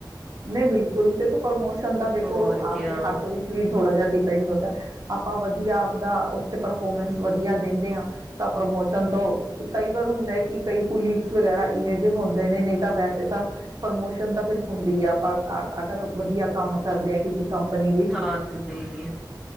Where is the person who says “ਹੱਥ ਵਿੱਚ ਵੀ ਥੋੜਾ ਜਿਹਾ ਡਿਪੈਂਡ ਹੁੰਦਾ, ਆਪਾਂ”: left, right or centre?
Right